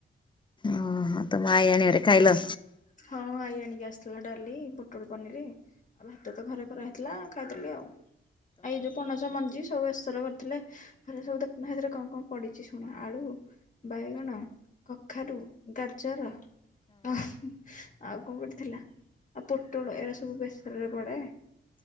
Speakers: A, on the left (about 25°); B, on the left (about 40°).
A: ଓହୋ ତମ ଆଇ ଆଣିିବାରେ ଖାଇଲ।
B: ହଁ ଆଇ ଆଣିକି ଆସିଥିଲା। ଡାଲି, ପୁଟୋଳ ପନିର ଆଉ ଭାତ ତ ଘରେ କରା ହେଇଥିଲା। ଖାଇଦେଲି ଆଉ। ଏଇ ଯୋଉ ପଣସ ମଞ୍ଜି ସବୁ ବେସର କରିଥିଲେ। ଘରେ ସବୁ ଦେଖୁନା ସେଥିରେ କଣ କଣ ପଡିଛି ଶୁଣ। ଆଳୁ ବାଇଗଣ, କଖାରୁ, ଗାଜର। ଆଉ କଣ ପଡିଥିଲା? ଆଉ ପୋଟଳ ଏରା ସବୁ ବେସରରେ ପଡେ।